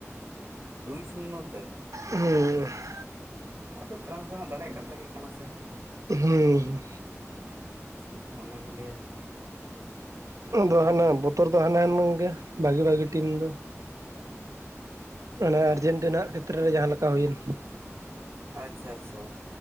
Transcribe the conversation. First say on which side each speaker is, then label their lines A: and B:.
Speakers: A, on the right; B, on the right.
A: ᱫᱩᱭ ᱥᱩᱱᱱᱚ ᱛᱮ
B: <unintelligible>
A: ᱟᱫᱚ ᱯᱷᱨᱟᱱᱥ ᱫᱚᱦᱟᱸᱜ ᱫᱟᱲᱮ ᱠᱟᱛᱷᱟ ᱜᱮ ᱠᱟᱱᱟ ᱥᱮ
B: ᱦᱩᱸ ᱦᱩ
A: ᱦᱤᱥᱟᱹᱵᱽ ᱫᱚᱦ ᱚᱱᱟᱜᱮ ᱞᱟᱹᱭᱼᱟᱭ
B: ᱟᱫᱚ ᱦᱟᱱᱟ ᱵᱚᱛᱚᱨ ᱫᱚ ᱦᱟᱱᱟᱮᱱ ᱜᱮ ᱵᱷᱟᱹᱜᱤ-ᱵᱷᱟᱹᱜᱤ ᱴᱤᱢ ᱫᱚ ᱚᱱᱟ ᱟᱨᱡᱮᱱᱴᱤᱱᱟ ᱠᱷᱮᱛᱨᱮ ᱨᱮ ᱡᱟᱦᱟᱸ ᱞᱮᱠᱟ ᱦᱩᱭᱮᱱ
A: ᱟᱪᱷᱟ-ᱟᱪᱷᱟ